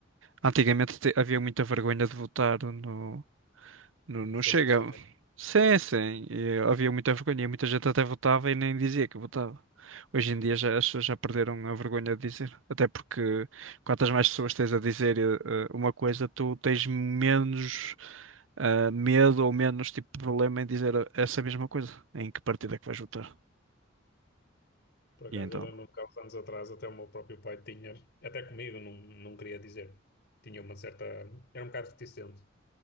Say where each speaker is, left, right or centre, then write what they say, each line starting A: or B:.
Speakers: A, on the right (about 85°); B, on the left (about 60°).
A: Antigamente te- havia muita vergonha de votar no, Não,
B: nos
A: não chega.
B: partidos
A: Sim, sim. E havia muita vergonha. e Muita gente até votava e nem dizia que votava. Hoje em dia já, as pessoas já perderam a vergonha de dizer. Até porque quantas mais pessoas tens a dizer eh, eh, uma coisa, tu tens menos eh, medo ou menos tipo de problema em dizer eh, essa mesma coisa. Em que partida é que vais votar?
B: Por acaso,
A: E então.
B: eu lembro-me que há uns anos atrás até o meu próprio pai tinha, até comigo, não, não queria dizer, tinha uma certa, era um bocado reticente,